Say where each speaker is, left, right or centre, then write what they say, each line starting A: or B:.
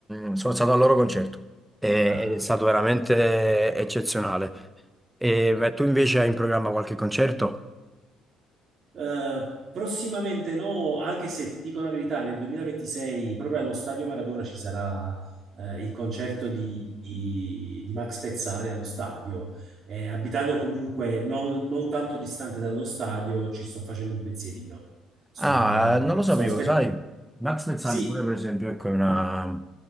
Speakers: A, in the centre; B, on the right.
A: ehm, sono stato al loro concerto e-
B: Ah,
A: ed
B: no.
A: è stato veramente eccezionale. E, e tu invece hai in programma qualche concerto?
B: Eh, prossimamente no, anche se ti dico la verità, nel 2026 proprio allo Stadio Maradona ci sarà eh, il concerto di, di- di Max Pezzali allo stadio. Eh, abitando comunque non, non tanto distante dallo stadio, ci sto facendo un pensierino. Sto,
A: Ah, eh, non lo
B: sto
A: sapevo,
B: aspettando.
A: lo sai? Max Pezzali
B: Sì,
A: pure, per esempio, ecco, è una,